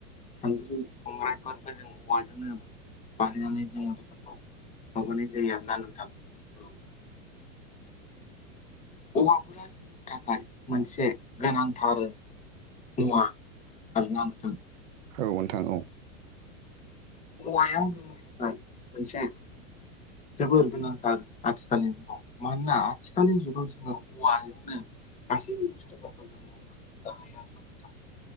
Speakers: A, on the left; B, on the right.
A: सानद्रि संग्रायफोरबो जों औवाजोंनो बानायनानै जोङो बेफोरखौ माबानाय जायो आरोना नोंथां औ औवाफोरा जोंनि थाखाय मोनसे गोनांथार मुवा आरोना नोंथां
B: औ नोंथां औ
A: औवाया जोंनि थाखाय मोनसे जोबोर गोनांथार आथिखालनि जुगाव मानोना आथिखालनि जुगाव जोङो औवाजोंनो गासै बुस्थुफोरखौ जों मावलांजोबनो हायो आरो ना नोंथां